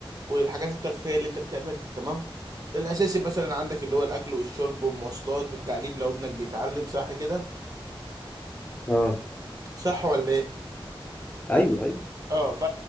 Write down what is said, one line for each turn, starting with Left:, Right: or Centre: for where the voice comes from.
Right: والحاجات الترفيهيه اللي انت بتعملها تمام الاساسي مثلا عندك اللي هو الاكل والشرب والمواصلات والتعليم لو ابنك بيتعلم صح كده
Left: اه
Right: صح ولا ايه
Left: ايوه ايوه
Right: اه ف...